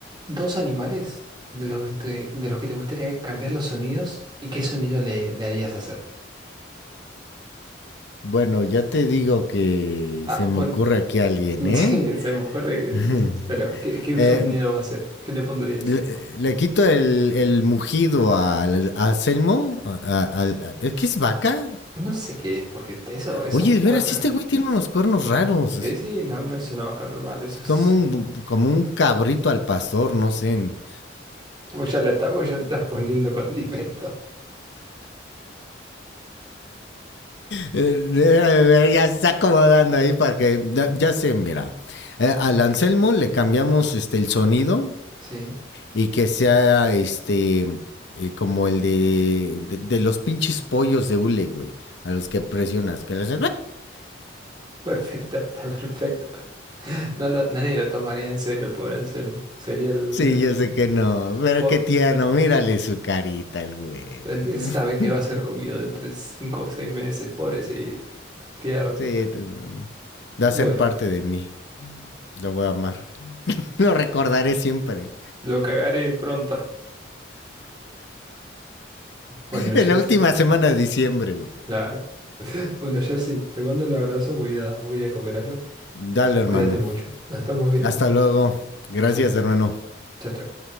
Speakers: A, on the right; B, on the left.
A: dos animales de los que te, de los que te gustaría cambiar los sonidos y qué sonido le, le harías hacer.
B: Bueno, ya te digo que
A: Ah,
B: se me
A: pon...
B: ocurre aquí alguien,
A: <laughs>
B: ¿eh?
A: Sí, se me ocurre que
B: <laughs>
A: sí. Pero, ¿qué, qué
B: Eh,
A: sonido va a hacer? ¿Qué le pondrías?
B: le, le quito el, el mugido al- a, Selmo. a- a- al- a- ¿Es que es vaca?
A: No sé qué es, porque eso, eso,
B: Oye, de veras,
A: cuerna.
B: este güey tiene unos cuernos raros.
A: Sí,
B: Es
A: sí, no, no es una vaca normal, eso
B: es
A: es...
B: como un, como un cabrito al pastor, no sé. <laughs>
A: Vos ya le estás, vos ya le estás poniendo condimentos.
B: Eh, eh, eh, ya se está acomodando ahí para que. Ya, ya sé, mira. Eh, al Anselmo le cambiamos este, el sonido
A: <laughs> Sí.
B: y que sea este eh, como el de, de, de los pinches pollos de hule, güey, a los que presionas, que los...
A: Perfecto, <laughs> está perfecto. No lo- nadie lo tomaría en serio el pobre Anselmo. Sería el,
B: Sí,
A: el,
B: yo sé que no, pero
A: po-
B: qué tierno, mírale su carita, el güey.
A: el que sabe
B: <laughs>
A: que va a ser comido de entre 5 o 6 meses, pobrecito, tierno.
B: Sí, mm, va a
A: Bueno,
B: ser parte de mí, lo voy a amar. <laughs> Lo recordaré siempre.
A: lo cagaré pronto. <laughs> Bueno,
B: En
A: Jersey,
B: la última semana de diciembre, güey.
A: claro. Bueno, Jersey, te mando un abrazo, voy a, voy a comer algo.
B: Dale, hermano.
A: Cuídate mucho. Nos estamos viendo.
B: Hasta luego. Gracias,
A: Chao,
B: hermano.
A: chao. chao.